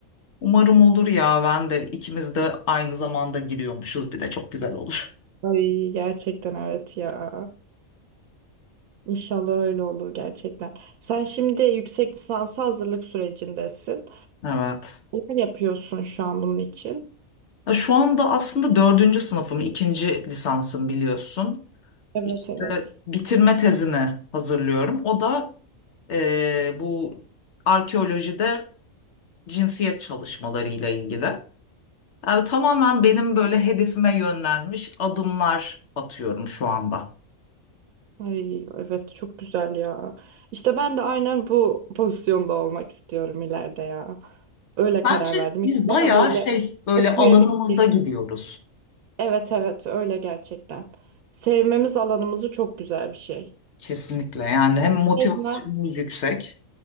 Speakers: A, on the left (about 60°); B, on the right (about 85°).
A: Umarım olur ya. Ben de ikimiz de aynı zamanda giriyormuşuz. Bir de çok güzel olur.
B: Ay gerçekten evet ya. İnşallah öyle olur gerçekten. Sen şimdi yüksek lisansa hazırlık sürecindesin.
A: Evet.
B: Ne yapıyorsun şu an bunun için?
A: Ya şu anda aslında dördüncü sınıfım, ikinci lisansım biliyorsun.
B: Evet
A: İşte
B: evet.
A: bitirme tezini hazırlıyorum. O da eee, bu arkeolojide cinsiyet çalışmalarıyla ilgili. Yani tamamen benim böyle hedefime yönlenmiş adımlar atıyorum şu anda.
B: Ay evet çok güzel ya. İşte ben de aynen bu pozisyonda olmak istiyorum ileride ya. Öyle
A: Bence
B: karar verdim.
A: biz
B: Yani Daha
A: bayağı
B: böyle
A: şey böyle
B: okuyabildiğim.
A: alanımızda gidiyoruz.
B: Evet evet öyle gerçekten. Sevmemiz alanımızı çok güzel bir şey.
A: Kesinlikle yani hem motivasyonumuz
B: Resmen
A: yüksek.